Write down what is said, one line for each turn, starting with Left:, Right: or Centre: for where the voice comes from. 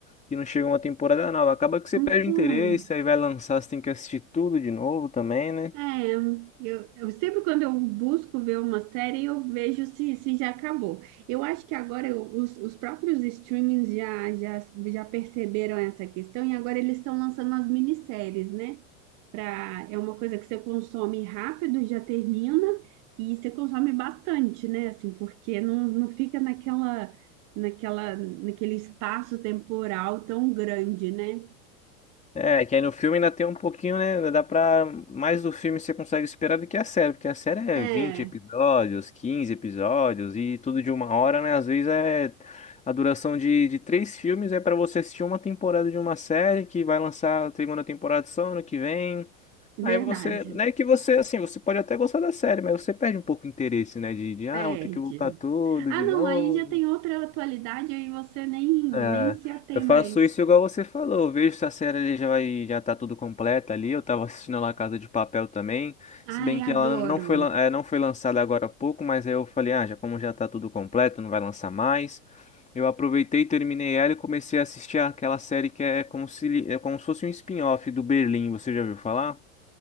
Left: que não chega uma temporada nova. Acaba que você
Right: Então,
Left: perde o interesse, aí vai lançar, você tem que assistir tudo de novo também, né?
Right: É, eu, eu sempre quando eu busco ver uma série, eu vejo se, se já acabou. Eu acho que agora eu- os, os próprios streamings já, já, já perceberam essa questão e agora eles estão lançando as minisséries, né? Pra, é uma coisa que você consome rápido, já termina, e você consome bastante, né? Assim, porque não, não fica naquela, naquela, naquele espaço temporal tão grande, né?
Left: É, que aí no filme ainda tem um pouquinho, né? Ainda Dá pra. Mais do filme você consegue esperar do que a série, porque a série é
Right: É,
Left: 20 episódios, 15 episódios e tudo de uma hora, né? Às vezes é. A duração de, de três filmes é pra você assistir uma temporada de uma série que vai lançar a segunda temporada só ano que vem.
Right: verdade.
Left: Aí você. Não é que você, assim, você pode até gostar da série, mas você perde um pouco o interesse, né? De, de ah,
Right: Perde.
Left: vou ter que voltar tudo
Right: Ah,
Left: de
Right: não,
Left: novo.
Right: aí já tem outra atualidade, aí você nem, nem
Left: É,
Right: se atém
Left: eu faço
Right: mais.
Left: isso igual você falou. Eu vejo se a série ali já vai, já tá tudo completa ali. Eu tava assistindo lá Casa de Papel também. Se
Right: Ai,
Left: bem que
Right: adoro.
Left: ela não foi, lan- eh, não foi lançada agora há pouco, mas aí eu falei, ah, já como já tá tudo completo, não vai lançar mais. Eu aproveitei, terminei ela e comecei a assistir aquela série que é como se, li- é como se fosse um spin-off do Berlim. Você já ouviu falar?